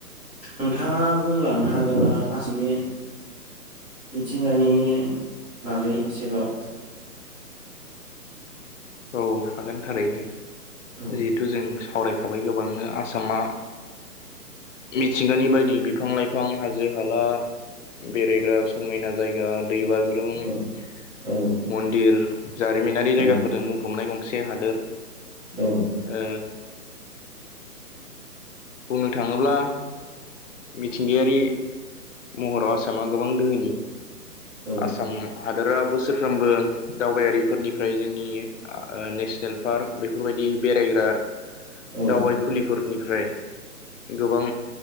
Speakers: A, in the centre; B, on the left.
A: नोंथाङा बुंलांनो हागोन ना आसामनि मिथिंगानि बागै एसेबाव
B: औ हागोन थारैनो
A: औ
B: जिहेथु जों सावरायखाबाय गोबांनो आसामा मिथिंगानि बायदि बिफां लाइफां हाजो हाला बेरायग्रा समायना जायगा दै बाज्रु ज्रपम
A: औ औ
B: मन्दिर जारिमिनारि
A: औ
B: जायगाफोरजों बुंफबनाय गंसे हादोर
A: औ
B: ओ बुंनो थाङोब्ला मिथिंगायारि महराव आसामा गोबां दोहोनि
A: औ
B: आसाम हादोरा बोसोरफ्रोमबो दावबायारिफोरनिफ्राय जोंनि नेसनेल पार्क बेफोरबायदि बेरायग्रा
A: औ
B: दावबाय खुलिफोरनिफ्राय गोबां